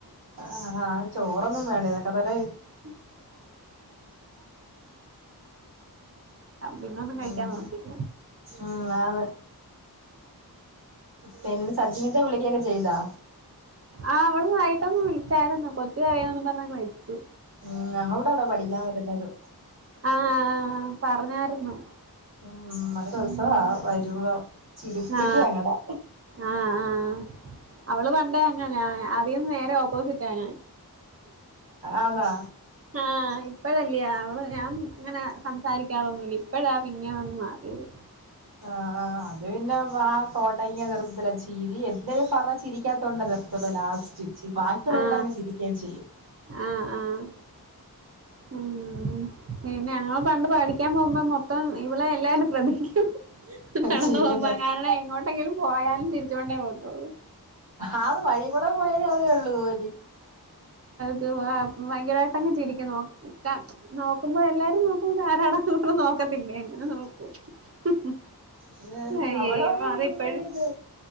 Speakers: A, on the right (about 75°); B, on the right (about 35°).
A: ആ ആ ചോറൊന്നും വേണ്ട തൊക്കെതന്നെ
B: <unintelligible> പിന്നൊന്നും കഴിക്കാൻ
A: ഉം
B: തോന്നത്തില്ല
A: ഉം ആന്ന് പിന്നെ സജ്ജിനോക്കെ വിളിക്കൊക്കെ ചെയ്താ
B: ആ അവള് വൈകിട്ടോക്കെ വിളിച്ചായിരുന്നു കൊത്തി കയോന്ന് പറഞ് വേച്ച്
A: ഉം അവ്‌ടടാ പഠിക്കാൻ വരുന്നത്
B: ആ പറഞ്ഞായിരുന്നു
A: ഉം നല്ല ദിവസവാ
B: ഉം
A: വരുമ്പോ ചിരിപ്പിക്കാ
B: ആ
A: അങ്ങടെ
B: ആ ആ അവള് പണ്ടെ അങ്ങനാ ആദിൻ നേരെ ഓപ്പോസിറ്റാണ്
A: ആന്നാ
B: ഞാൻ ആ ഇപ്പഴ ഇ അവള് ഞാൻ ഇങ്ങനെ സംസാരിക്കാറൊന്നുല്ല ഇപ്പഴാ പിന്നെ ഒന്ന് മാറിയത്
A: ആ ആ അത് പിന്നെ വ തോട്ടയ്യ നിർത്തല ചീരിം ഇന്തെ പറ ചിരിക്കാത്തുണ്ടല്ലത്തുള്ള ലാസ്റ്റ് ബാക്കിയുള്ളവരോട്
B: ആ
A: അങ്ങ് ചിരിക്കുകയും ചെയ്യും
B: ആ ആ ഉം പിന്നെ <unintelligible> പണ്ട് പഠിക്കാൻ പോകുമ്പം മൊത്തം ഇവളെ എല്ലാരും ശ്രദ്ധിക്കും നടന്ന്
A: ചിരിക്കുന്ന
B: പോകുമ്പ കാരണം എങ്ങോട്ടെങ്കിലും പോയാലും ചിരിച്ച് കൊണ്ടേ പോവതോള്ളൂ
A: ആത് വഴി കൂടെ <unintelligible> അതേ ഒള്ളു കോലി
B: ത് ഭയങ്കരമായിട്ട് അങ്ങ് ചിരിക്കും നോക്ക നോക്കുമ്പോ എല്ലാരും നോക്കുബം ഇത് ആരാണ് പോലും നോക്ക പിന്നെ എങ്ങനെ നോക്കും
A: പിന്നെ
B: അയ്യേ
A: അവിടെ വന്നിരിക്കുമ്പഴേ
B: മാറി ഇപ്പഴും
A: ഇത്